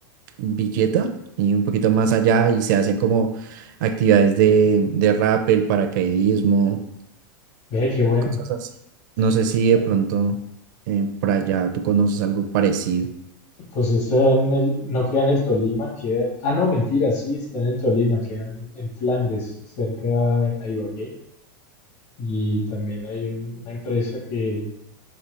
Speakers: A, on the right; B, on the left.
A: Villeta y un poquito más allá y se hacen como actividades de, de rappel, paracaidismo,
B: Ve, qué bueno,
A: cosas así. No sé si
B: qué bueno.
A: de pronto eh, por allá tú conoces algo parecido.
B: Pues esto en el, no queda en el Tolima, queda... Ah, no, mentira, sí, está en el Tolima, queda en, en Flandes, cerca de a Ibagué. Y también hay un- una empresa que,